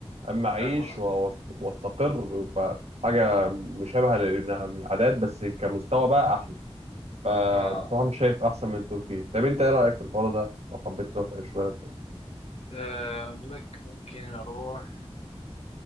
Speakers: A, on the right; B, on the left.
A: أما أعيش
B: فاهم قصدي؟
A: و- واست- وأستقر يبقى حاجة مشابهة للعادات بس كمستوى بقى أحلى فبصراحة
B: آه
A: مش شايف أحسن من تركيا طب أنت إيه رأيك في الحوار ده لو حبيت تروح تعيش في بلد تاني
B: آه، أقول لك ممكن أروح